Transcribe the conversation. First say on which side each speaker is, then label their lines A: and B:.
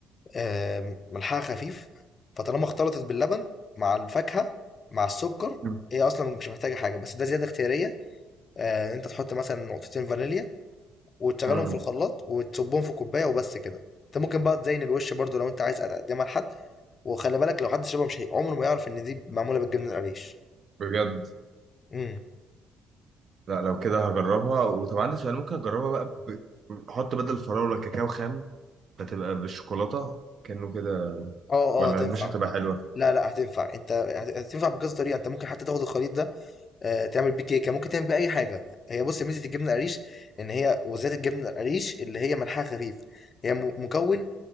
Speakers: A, on the left; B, on the right.
A: آآ ملحها خفيف، فطالما اختلطت باللبن مع الفاكهة مع السكر،
B: مم.
A: هي أصلًا مش محتاجة حاجة، بس ده زيادة اختيارية آآ إن أنت تحط مثلًا نقطتين فانيليا وتشغلهم
B: مم.
A: في الخلاط وتصبهم في كوباية وبس كده. أنت ممكن بقى تزين الوش برضه لو أنت عايز تقدمها لحد، وخلي بالك لو حد شربها مش هي عمره ما يعرف إن دي معمولة بالجبنة القريش.
B: بجد
A: إمم،
B: لا لو كده هجربها وطب عندي سؤال ممكن اجربها بقى ب... احط بدل الفراولة كاكاو خام فتبقى بالشوكولاتة كأنه كده
A: آه،
B: ولا
A: آه، هتنفع.
B: مش هتبقى حلوة
A: لا، لأ، هتنفع. أنت هت هتنفع بكذا طريقة، أنت ممكن حتى تاخد الخليط ده آه، تعمل بيه كيكه ممكن تعمل بيه اي حاجه هي بص ميزه الجبنه القريش ان هي وذات الجبنه القريش اللي هي ملحها خفيف هي م- مكون